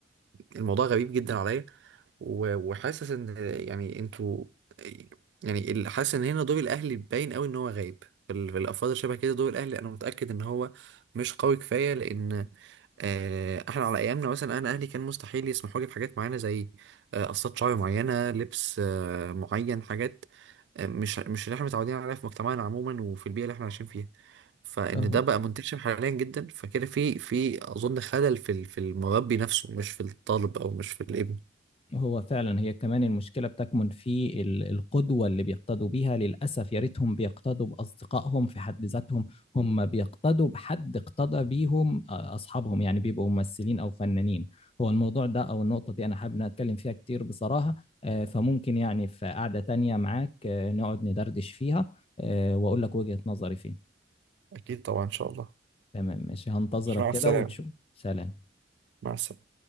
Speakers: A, on the right (about 60°); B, on the left (about 30°).
A: الموضوع غريب جدا عليا و- وحاسس ان يعني انتوا يعني ال- حاسس ان هنا دور الاهلي باين قوي ان هو غايب في ال- في الافراد شبه كده دور الاهلي انا متاكد ان هو مش قوي كفايه لان آه، احنا على ايامنا مثلا انا اهلي كان مستحيل يسمحوا لي بحاجات معينه زي آه، قصات شعر معينه لبس آه، معين حاجات آه، مش مش اللي احنا متعودين عليها في مجتمعنا عموما وفي البيئه اللي احنا عايشين فيها فان
B: اهو
A: ده بقى منتشر حاليا جدا فكده في في اظن خلل في ال- في المربي نفسه مش في الطالب او مش في الابن
B: هو فعلا هي كمان المشكلة بتكمن في ال- القدوة اللي بيقتدوا بيها للأسف يا ريتهم بيقتدوا بأصدقائهم في حد ذاتهم هم بيقتدوا بحد اقتدى بيهم آه، أصحابهم يعني بيبقوا ممثلين أو فنانين هو الموضوع ده أو النقطة دي أنا حابب إن أنا أتكلم فيها كتير بصراحة آه، فممكن يعني في قعدة تانية معاك آه، نقعد ندردش فيها آه، وأقول لك وجهة نظري فيه
A: أكيد طبعا إن شاء الله
B: تمام ماشي هنتظرك
A: مع
B: كده
A: السلامة
B: وتشوف سلام
A: مع السلامة